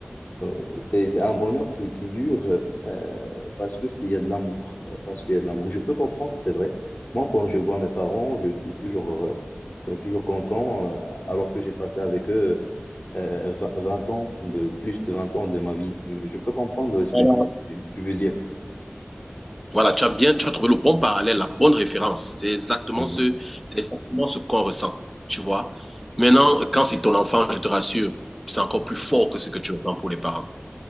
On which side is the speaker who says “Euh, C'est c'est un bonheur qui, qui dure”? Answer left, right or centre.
Left